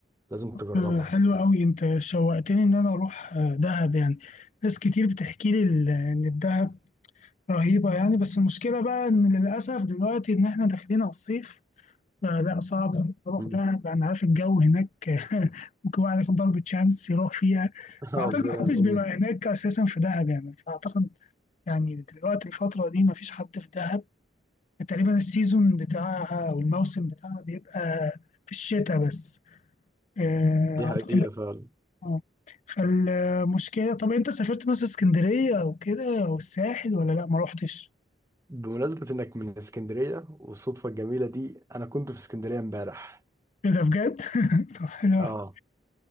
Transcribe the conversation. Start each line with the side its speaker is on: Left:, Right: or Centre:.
Right: لازم تجربها
Left: آه، حلو قوي انت شوقتني ان انا اروح آه، دهب يعني ناس كتير بتحكي لي ال- ان الدهب رهيبة يعني بس المشكلة بقى ان للاسف دلوقتي ان احنا داخلين على الصيف فلا صعب إن اروح
Right: مم.
Left: دهب انا عارف الجو هناك <laughs> ممكن واحد ياخد ضربة شمس يروح فيها
Right: <laughs>
Left: واعتقد
Right: اه زي
Left: محدش
Right: مم.
Left: بيبقى هناك اساسا في دهب يعني فاعتقد يعني دلوقتي الفترة دي مفيش حد في دهب تقريبا السيزون بتاعها او الموسم بتاعها بيبقى في الشتاء بس آه،
Right: دي
Left: اعتقد
Right: حقيقة فعلا
Left: آه. فالمشكلة طب أنت سافرت مثلا اسكندرية أو كده أو الساحل ولا لأ ما روحتش؟
Right: بمناسبة إنك من اسكندرية والصدفة الجميلة دي أنا كنت في اسكندرية امبارح
Left: إيه ده بجد؟ <laughs> طب حلو أوي.
Right: اه